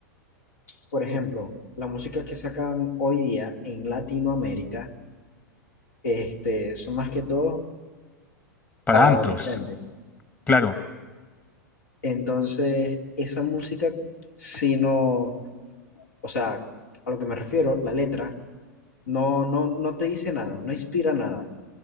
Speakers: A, on the left; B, on the left.
A: por ejemplo, la música que sacan hoy día en Latinoamérica, este, son más que todo
B: para
A: para
B: antros,
A: adolescentes.
B: claro,
A: Entonces, esa música, si no, o sea, a lo que me refiero, la letra, no, no, no te dice nada, no inspira nada.